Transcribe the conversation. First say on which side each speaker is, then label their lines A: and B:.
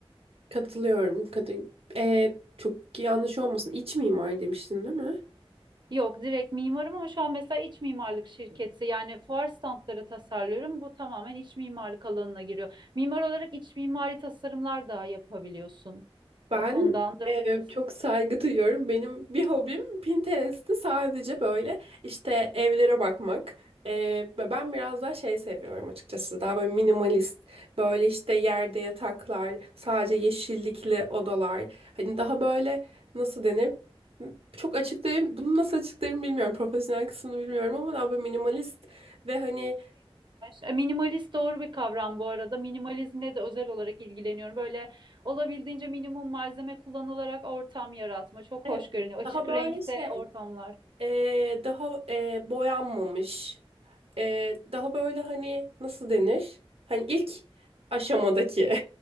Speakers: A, on the right; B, on the right.
A: Katılıyorum. Katı e, çok yanlış olmasın. İç mimar demiştin değil mi?
B: Yok direkt mimarım ama şu an mesela iç mimarlık şirketi yani fuar standları tasarlıyorum. Bu tamamen iç mimarlık alanına giriyor. Mimar olarak iç mimari tasarımlar da yapabiliyorsun.
A: Ben
B: O konudan rahatsız.
A: e, çok saygı duyuyorum. Benim bir hobim Pinterest'te sadece böyle işte evlere bakmak. E, ve ben biraz daha şey seviyorum açıkçası. Daha böyle minimalist. Böyle işte yerde yataklar, sadece yeşillikli odalar. Hani daha böyle nasıl denir? Çok açıklayayım. Bunu nasıl açıklarım bilmiyorum. Profesyonel kısmını bilmiyorum ama daha böyle minimalist ve hani
B: E, Minimalist doğru bir kavram bu arada. Minimalizmle de özel olarak ilgileniyorum. Böyle olabildiğince minimum malzeme kullanılarak ortam yaratma. Çok
A: evet
B: hoş görünüyor. Açık
A: daha böyle
B: renkte
A: şey.
B: ortamlar.
A: Ee, daha e, boyanmamış. Ee, daha böyle hani nasıl denir? Hani ilk aşamadaki